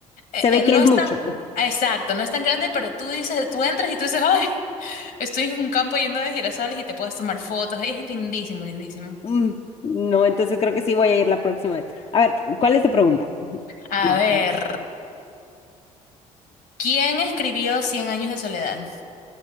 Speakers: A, on the left (about 60°); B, on the left (about 35°).
A: eh,
B: Se ve
A: eh, no
B: que es
A: es
B: mucho.
A: tan, exacto, no es tan grande, pero tú dices, tú entras y tú dices, ay, estoy en un campo lleno de girasoles y te puedes tomar fotos. Ay, es lindísimo, lindísimo.
B: Mm, No, entonces creo que sí voy a ir la próxima vez. A ver, ¿cuál es tu pregunta? <laughs>
A: A
B: La
A: ver,
B: siguiente.
A: ¿quién escribió Cien años de soledad?